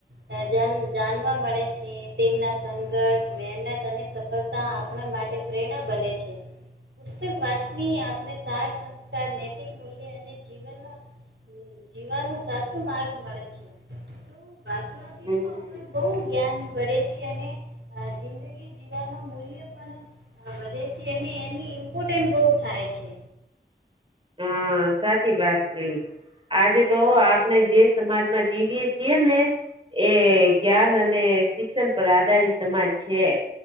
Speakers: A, on the right (about 85°); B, on the right (about 30°).
A: રાજાન જાણવા મળે છે તેમના સંઘર્ષ મહેનત અને સફળ. કા આ આપણા માટે પ્રેરણા બને છે. પુસ્તક વાંચની આપણે સાર સંસ્કાર નૈતિક મૂલ્ય અને. તે જીવન હું જીવાનો સાચો માર્ગ મળે છે. વાછવાથી
B: હમ
A: તો આપડે બહુ જ્ઞાન. વળે છે અને આ જિંદગી જીવાનો મૂલ્ય પણ. હા બધે છે એ એની ઇમ્પોર્ટન્સ બહુ થાય છે.
B: હા સાચી વાત કઈ આજે તો આપણે જે સમાજમાં જીવીએ છીએ ને. એ જ્ઞાન અને શિક્ષણ પર આધારિત સમાજ છે.